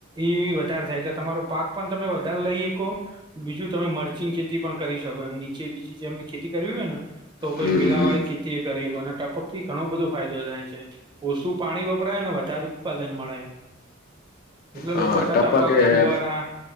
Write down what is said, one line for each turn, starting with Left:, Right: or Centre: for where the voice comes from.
Right: એ વધારે થાય એટલે તમારો પાક પણ તમે વધારે લઈ હકો બીજું તમે મરચીગ ખેતી પણ કરી શકો એમ નીચે બીજી જેમની ખેતી કરવી હોય ને તો કોઈક
Left: હમ
Right: વેલાવાળી
Left: હમ હમ.
Right: ખેતી એ કરી અને ટપક ઘણો બધો ફાયદો થાય છે, ઓછું પાણી વપરાય ને વધારે ઉત્પાદન મળે એમ એટલે
Left: હા
Right: લોકો હતા ટપક
Left: એ
Right: ફુવારા
Left: હે